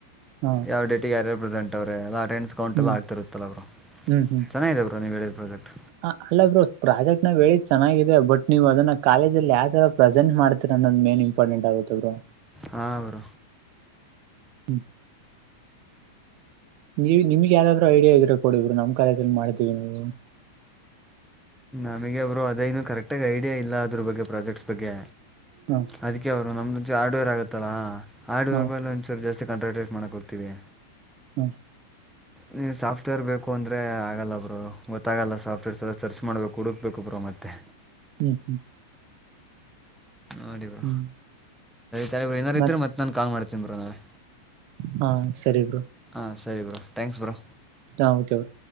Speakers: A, on the right; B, in the centre.
A: ಹಾ
B: ಯಾವ ಡೇಟಿಗೆ ಯಾರಾರು ಪ್ರೆಸೆಂಟ್ ಅವ್ರೆ ಎಲ್ಲ ಅಟೆಂಡನ್ಸ್ ಕೌಂಟೆಲ್ಲ
A: ಹ್ಮ್
B: ಆಗ್ತಾ ಇರುತ್ತಲ್ಲ ಬ್ರೋ.
A: ಹ್ಮ್ ಹ್ಮ್
B: ಚೆನ್ನಾಗಿದೆ ಬ್ರೋ ನೀವು ಹೇಳಿದ ಪ್ರಾಜೆಕ್ಟ್
A: ಹ ಅಲ್ಲ ಬ್ರೋ ಪ್ರಾಜೆಕ್ಟ್ ನಾವ್ ಹೇಳಿದ ಚೆನ್ನಾಗೇ ಬಟ್ ನೀವು ಅದನ್ನ ಕಾಲೇಜಲ್ಲಿ ಯಾವ ತರ ಪ್ರೆಸೆಂಟ್ ಮಾಡ್ತೀರ. <unintelligible> ಮೇನ್ ಇಂಪಾರ್ಟೆಂಟ್ ಆಗುತ್ತ ಬ್ರೋ.
B: ಹಾ ಬ್ರೋ.
A: ಹ್ಮ ನೀವ ನಿಮ್ಗೆ ಯಾವ್ದಾದ್ರು ಐಡಿಯಾ ಇದ್ರೆ ಕೊಡಿ ಬ್ರೋ ನಮ್ ಕಾಲೇಜುಲ್ಲಿ ಮಾಡ್ತೀವಿ ನಾವು.
B: ನಮಗೆ ಬ್ರೋ ಅದೇನು ಕರೆಕ್ಟಾಗಿ ಐಡಿಯಾ ಇಲ್ಲ ಅದ್ರ ಬಗ್ಗೆ ಪ್ರಾಜೆಕ್ಟ್ಸ ಬಗ್ಗೆ
A: ಹಾ
B: ಅದಕ್ಕೆ ಅವರು ನಮ್ಮದು ನಮ್ದು ಹಾರ್ಡ್ವೇರ್ ಆಗುತ್ತಲ್ಲಾ ಹಾರ್ಡ್ವೇರ್
A: ಹಾ
B: ಮೇಲೆ ಒಂಚರು ಜಾಸ್ತಿ ಕಾಂಟ್ರಾಟ್ರೆಟ್ ಮಾಡಕ್ ಹೋಗ್ತೀವಿ.
A: ಹ್ಮ
B: ನನಗೆ ಸಾಫ್ಟ್ವೇರ್ ಬೇಕು ಅಂದ್ರೆ ಆಗಲ್ಲ ಬ್ರೋ ಗೊತ್ತಾಗಲ್ಲ ಸಾಫ್ಟ್ವೇರ್ ಸಲ ಸರ್ಚ್ ಮಾಡ್ಬೇಕು. ಹುಡುಕಬೇಕು ಬ್ರೋ ಮತ್ತೆ.
A: ಹ್ಮ್ ಹ್ಮ್
B: ನೋಡಿ ಬ್ರೋ
A: ಹ್ಮ್
B: ಸರಿ ಬ್ರೋ ಏನಾದ್ರ
A: ಮತ್
B: ಇದ್ರೆ ಮತ್ತೆ ನಾನು ಕಾಲ್ ಮಾಡ್ತೀನಿ ಬ್ರೋ ನಾಳೆ.
A: ಹಾ ಸರಿ ಬ್ರೋ.
B: ಹ ಸರಿ ಬ್ರೋ ಥ್ಯಾಂಕ್ಸ್ ಬ್ರೋ.
A: ಹಾ ಓಕೆ ಬ್ರೋ.